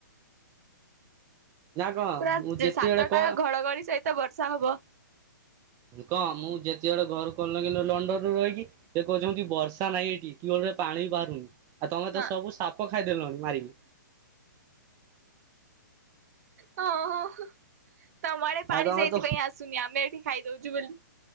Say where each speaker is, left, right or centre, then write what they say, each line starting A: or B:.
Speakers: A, on the right (about 25°); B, on the right (about 50°).
A: ନା କଣ
B: ପୁରା
A: ମୁଁ ଯେତେବେଳେ
B: ସାତଟା
A: କ
B: ଘଡ଼ଘଡି ସହିତ ବର୍ଷା ହବ।
A: କଣ୍ ମୁଁ ଯେତେବେଳେ ଘର <unintelligible> ଲଣ୍ଡନରୁୁ ରହିକି ସେ କହୁଚନ୍ତି ବର୍ଷା ନାହିଁ ଏଠି ଟ୍ୟୁବଲ୍ ରେ ପାଣି ବି ବାହାରୁନି। ଆଉ ତମେ
B: ହଁ
A: ତ ସବୁ ସାପ ଖାଇଦେଲଣି ମାରିକି।
B: ହଁ ହଁ ତମ ଆଡେ ପାଣି
A: ଆଉ ତମେ
B: ସେଇଥିପାଇଁ
A: ତ
B: ଆସୁନି ଆମେ ଏଠି ଖାଇଦଉଚୁ ବୋଲି।